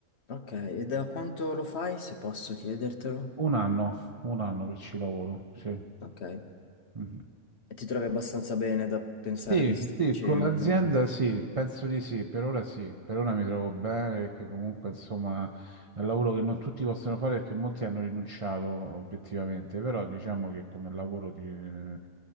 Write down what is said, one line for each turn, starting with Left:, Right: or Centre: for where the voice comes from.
Left: Ok, e da quanto lo fai, se posso chiedertelo?
Right: Un anno, un anno che ci lavoro, sì.
Left: Ok, e
Right: Mhm.
Left: ti trovi abbastanza bene da pensare
Right: Sì,
Left: di starci
Right: sì, con l'azienda
Left: per...
Right: sì, penso di sì, per ora sì, per ora mi trovo bene perché comunque insomma È un lavoro che non tutti possono fare perché molti hanno rinunciato obiettivamente, però diciamo che come lavoro ti eh,